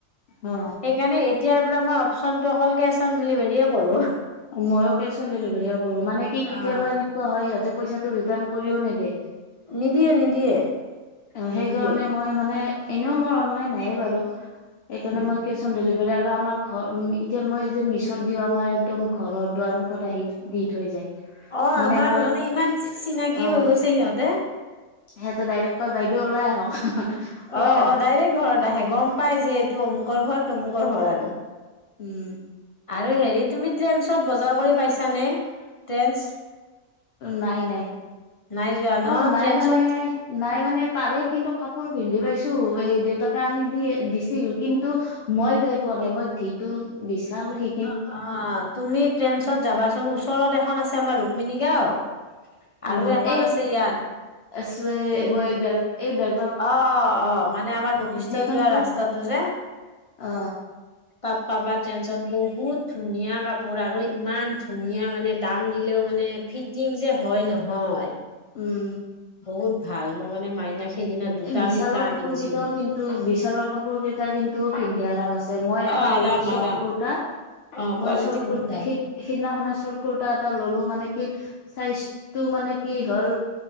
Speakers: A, on the left; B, on the left.
A: অ
B: সেইকাৰণে এইত তিয়াৰ পৰা মই অপশচনটো অকল কেচ অন ডেলিভাৰীয়ে। কৰো।
A: ময়ো কেচ অন ডেলিভাৰীয়ে কৰো। মানে কি
B: অ'
A: কেতিয়াবা এনি। কোৱা হয়, সিহঁতে পইচাটো ৰিটাৰ্ণ কৰিও নেদে।
B: নিদিয়ে, নিদিয়ে।
A: অ 'হেইকাৰণে
B: নিদিয়ে
A: মই মানে, এনেও মোৰ অনলাইন নায়ে বাৰু সেইকাৰণে
B: উম।
A: মই কেচ। চন ডেলিভাৰী আৰু আমাৰ ঘৰ উম এতিয়া মই যে, মিছোত দিওঁ আমাৰ একদম ঘৰ দুৱাৰমখত আহি। দি থৈ যায়,
B: অ'
A: মানে
B: আমাৰো
A: আমাৰ
B: ইমান
A: এ
B: চিনাকি
A: অহ।
B: হৈ গৈছে সিহঁতে
A: হেতে ডাইৰেক্ট কয়, বাইদেউ ওলাই আহক। ওলাই
B: অ'অ'
A: আহক
B: ডাইৰেক্ট ঘৰত আহে, গম পাই যে এইটো অমুকৰ ঘত তমুকৰ ঘৰ আৰু।
A: উম
B: আৰু হেৰি তুমি ট্ৰেইনচত বজাৰ কৰি পাইছানে? ট্ৰেন্ঞ্চ
A: নাই, নাই
B: নাই যোৱা ন
A: অ' নাই
B: ট্ৰেন্ঞ্চত
A: মানে। নাই মানে তাৰে কিন্তু কাপোৰ পিন্ধি পাইছো। এই দেউতাকে আনি দিয়ে, দিছিল কিন্তু। মই যাই পোৱা নাই মই ভি টো বিশাল সে
B: অ অ তুমি ট্ৰেণ্ডচত যাবাচোন ওচৰত এখন আছে আমাৰ ৰুক্মিনী গাঁও
A: অ
B: আৰু এখন
A: এই
B: আছে ইয়াত
A: এ চোৱে
B: এ
A: ব এই বেল এই বেল
B: অ অ অ মানে আমাৰ বশিষ্ঠ
A: সেইখনতো
B: যোৱা ৰাস্তাটো যে।
A: অ
B: তাত পাবা ট্ৰেণ্ডছত বহুত ধুনীয়া কাপোৰ আৰু ইমান ধুনীয়া মানে দাম দিলেও মানে ফিটিং যে হয় নহয়।
A: উম।
B: বহুত ভাল মই মানে মাইনাক সেইদিনা দুটা
A: এই বিশালৰ
B: কুৰ্তা আনি
A: কাপোৰ
B: দিছিলোঁ।
A: কেইটাও কিন্তু বিশালৰ কাপোৰ কেইটা কিন্তু পিন্ধি আৰাম আছে, মই
B: অ
A: এটা
B: আৰাম
A: ললো চৰ্ট
B: আৰাম
A: কুুৰ্তা।
B: অ কোৱালিটি
A: মই চৰ্ট
B: বহুত
A: কুৰ্ট
B: ভাল
A: সি সিদিনাখনে চৰ্ট কুৰ্টা এটা ললো মানে কি চাইজটো মানে কি হ'ল